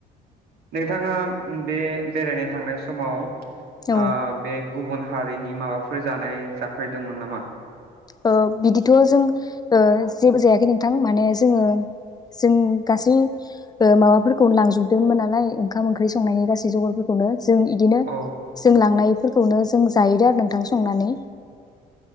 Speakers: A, on the right; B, on the left.
A: नोंथाङा बे बेरायनो थांनाय समाव ओ
B: औ
A: बे गुबुन हारिनि माबाफो फोर जानाय जाफेरदोंमोन नामा?
B: ओ बिदिथ' जों ओ जेबो जायाखै नोंथां माने जोङो जों गासै ओ माबाफोर खौ लांजोबदों मोनालाय ओंखाम ओंख्रै सं संनायनि गासै जगारफोरखौनो जों इदिनो
A: औ
B: जों लांनायफोरखौनो जों जाहैदों आरो नोंथां संनानै।